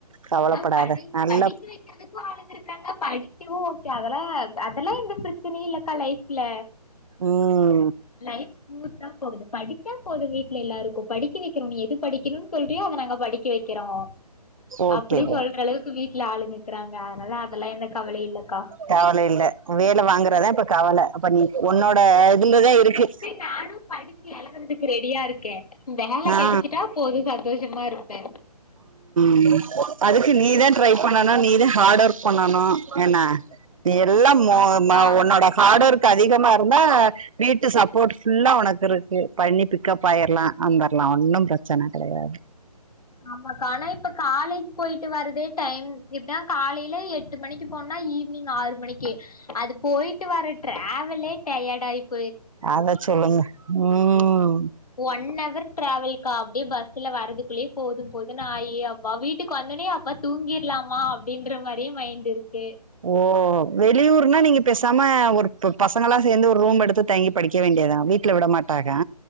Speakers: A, on the right; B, on the left.
A: கவலப்படாத
B: நல்லா படி
A: நல்லா
B: படிக்க வெக்கற்துக்கு ஆளுங்கருக்காங்க நா படிக்கவு ஓகே அதலா அதல்லா எந்த பிரச்சனயு இல்லக்கா லைஃப்ல
A: ம்
B: லைட் ஸ்மூத்தா போகுது படிச்சா போதூ வீட்ல எல்லாருக்கோ படிக்க வெக்கிறோ நீ எது படிக்கணூ சொல்றியோ அத நாங்க படிக் க வைக்கிறோ
A: ஓகே
B: அப்டி சொல்ற
A: ஓகே
B: அளவுக்கு வீட்ல ஆளுங்க ‌இருக்கிறாங்க அதனால அதெல்லா எந்த கவலை இல்லக்கா
A: கவல இல்ல வேல வாங்குறதா இப்ப கவல அப்ப நீ உன்னோட இதுலதா இருக்கு
B: நானூ படிச்சி எழுதர்த்துக்கு ரெடியா இருக்கே வேல கிடைச்சட்டா
A: ஆ
B: போதும் சந்தோஷமா இருப்பே
A: ம் அதுக்கு நீதான் ட்ரை பண்ணனூ நீதா ஹாட் ஒர்க் பண்ணனூ என்ன எல்லாம் மொ
B: ஆமாக்கா
A: ம
B: அதுவு
A: உன்னோட ஹார்ட்
B: கரெக்ட்
A: ஒர்க் அதிகமா இருந்தா வீட்டு சப்போர்ட் ஃபுல்லா உனக்கு இருக்கூ பண்ணி பிக்கப் ஆயிர்லா வந்துர்லா ஒன்னூ பிரச்சன கிடையாது
B: ஆமாக் ஆனா இப்ப காலேஜ் போயிட்டு வரதே டைம் இப்தா காலையில எட்டு மணிக்கு போன்னா ஈவினிங் ஆறு மணிக்கு அது போயிட்டு வர ட்டிரவலே டயர்ட் ஆயிப்
A: அதா சொல்லுங்க ம்
B: ஒன்னவர் டிராவல்கா அப்டியே பஸ்ல வரறதுக்குள்ளியே போதும் போதுன்னு ஆயி அப்பா வீட்டுக்கு வந்துட்னே அப்பா தூங்கிர்லாமா அப்டின்ற மாரியே மைண்ட் இருக்கு
A: ஓ வெளியூர்னா நீங்க பேசாம ஒரு ப் பசங்களா சேர்ந்து ஒரு ரூம் எடுத்து தங்கி படிக்க வேண்டியத்தான வீட் ல விட மாட்டாக